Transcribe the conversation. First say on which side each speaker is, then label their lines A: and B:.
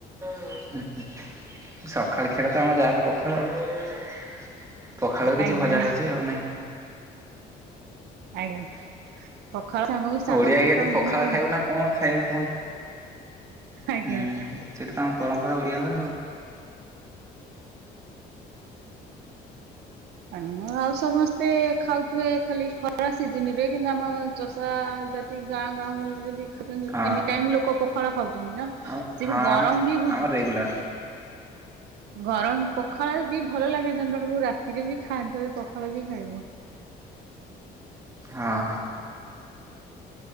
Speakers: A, on the right; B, on the right.
A: ଉଁହୁଁ ସଖାଳ ଖିଆ ତ ଆମର ଯାହା ହେଲେ ପଖାଳ ଆଉ। ପଖାଳ କିଛି
B: ଆଜ୍ଞା।
A: ଭଜା ଭଜି ଆଉ ନାହିଁ।
B: ଆଜ୍ଞା। ପଖାଳ ସାଙ୍ଗକୁ ଶାଗ
A: ଓଡିଆ
B: ଭଜା
A: ଆଜ୍ଞା ଯଦି
B: ତ ମେନେ
A: ପଖାଳ ଖାଇବୁ ନା କଣ ଖାଇବୁ କୁହନ୍ତୁ।
B: ଆଜ୍ଞା।
A: ହୁଁ ସେଇଟା ତ ଆମ ପରମ୍ପରା ଓଡ଼ିଆଙ୍କର ଆଉ।
B: ଏଣୁ ଆଉ ସମସ୍ତେ ଖାଉଥିବେ ଖାଲି ଖରା ସିଜିନରେ କିନ୍ତୁ ଆମ ଚଷା ଜା ସେଇ ଗାଁ ଗାଉଁଲିରେ ଦେଖ ଯାଆନ୍ତି
A: ହଁ
B: ଏନି ଟାଇମ ଲୋକ ପୋଖାଳ ଖାଉଚନ୍ତି ନା ସେ
A: ଆଉ ହଁ
B: ବି ଗରମ
A: ଆମ
B: ବି ବୁଝୁ
A: ଆମର ରେଗୁଲାର
B: ଗରମ ପଖାଳ ବି ଭଲ ଲାଗେ ଜଣ ଜଣକୁ ରାତିରେ ବି ଖାଆନ୍ତି <unintelligible> ପଖାଳ ବି ଖାଇବ।
A: ହଁ ହଁ।